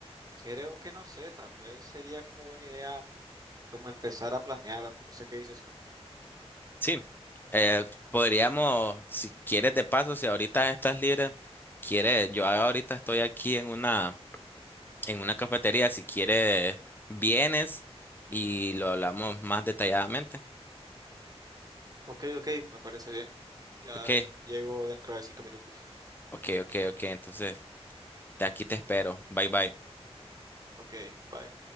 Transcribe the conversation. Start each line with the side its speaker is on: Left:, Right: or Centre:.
Right: creo que no sé, tal vez sería como buena idea como empezar a planear. No sé qué dices tú.
Left: Sí, eh, podríamos, si quieres de paso, si ahorita estás libre, quieres, yo ahorita estoy aquí en una, en una cafetería, si quieres, vienes y lo hablamos más detalladamente.
Right: Ok, ok, me parece bien. Ya
Left: Ok,
Right: llego dentro de cinco minutos.
Left: ok, ok, ok, entonces de aquí te espero. Bye, bye.
Right: Ok, bye.